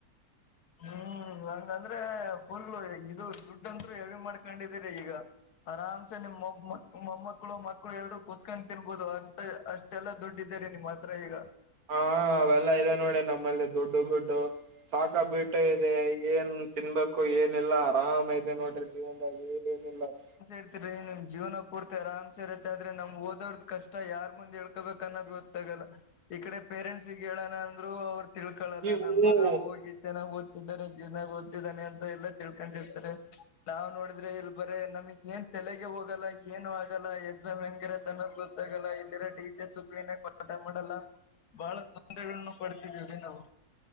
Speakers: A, on the left; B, on the right.
A: ಹ್ಮ ಹಂಗಂದ್ರೆ ಫುಲ್ ಇದು ದುಡ್ಡ ಅಂದ್ರು ಎ ಮಾಡ್ಕೊಂಡಿದೀರಿ ಈಗ ಆರಾಮ್ಸೆ ನಿಮ್ಮ ಮಾಂ ಮೊಮ್ಮಕ್ಕಳು ಮಕ್ಕಳು ಎಲ್ರು ಕುೂತ್ಕೊಂಡು ತಿನ್ಬಹದು ಅಂತ ಅಷ್ಟ ಟೇಲ್ಲ ದುಡ್ಡಿದ್ದರಿ ನಿಮ್ಮ ಹತ್ರ ಈಗ
B: ಹಾ ಅವೆಲ್ಲ ಇದೆ ನೋಡಿ ನಮ್ಮಲ್ಲಿ ದುಡ್ಡು ದುಡ್ಡು ಸಾಕ ಬಿಟು ಇದೆ ಏನ್ ತಿನ್ಬೇಕು ಏನಿಲ್ಲ ಆರಾಮ ಇದೆ ನೋಡ್ರಿ. <unintelligible>
A: ಇರ್ತರಿ ನಿಮ್ಮ ಜೀವನ ಪೂರ್ತಿ ಆರಾಮಸೆ ಇರತ್ತೆ ಆದ್ರೆ ನಮ್ ಓದೋರ ಕಷ್ಟ ಯಾರ ಮುಂದ ಹೇಳ್ಕೊಬೇಕ ಅನ್ನೋ ಗೊ ತಗಲ್ಲ ಈ ಕಡೆ ಪೇರೆಂಟ್ಸಗ ಹೇಳೋಣ ಅಂದ್ರು ಅವ್ರು ತಿಳ್ಕೊಳಲ್ಲ
B: ನೀವು
A: ನನ್ನ ಮಗ ಹೋಗಿ ಚೆನ್ನಾಗ ಓದ ಇದಾರೆ ದಿನಾಗ ಓದತ್ತಿದ್ದಾನೆ ಅಂತ ಎಲ್ಲಾ ತಿಳ್ಕೊಂಡಿರ್ತಾರೆ ನಾವು ನೋಡಿದ್ರೆ ಇ ನಮಗ ಏನ್ ತಲೆಗೆ ಹೋಗಲ್ಲ ಏನು ಆಗಲ್ಲ ಎಕ್ಸಾಮ್ ಹೆಂಗಿರತ್ತೆ ಅನ್ನೋದು ಗೊತ್ತಾಗಲ್ಲ ಇಲ್ಲಿರೋ ಟೀಚರ್ಸ್ ಕ್ಲನ್ ಪಾಠ ಮಾಡಲ್ಲ ಬಹಳ ತೊಂದ್ರರೆಗಳನ್ನ ಪಡ್ತಿದೀವ್ರಿ ನಾವ